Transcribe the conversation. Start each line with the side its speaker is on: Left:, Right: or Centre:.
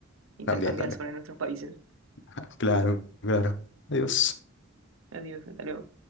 Right: intercambiar
Left: también, también.
Right: sobre nuestros países.
Left: <laughs> Claro, claro. Adiós.
Right: Adiós, hasta luego.